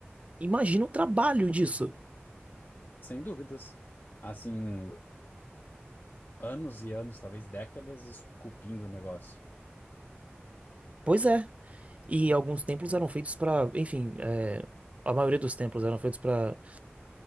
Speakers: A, on the right; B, on the left.
A: imagina o trabalho disso.
B: Sem dúvidas. Assim, anos e anos, talvez décadas, esculpindo o negócio.
A: Pois é. E alguns templos eram feitos para, enfim, é, a maioria dos templos eram feitos para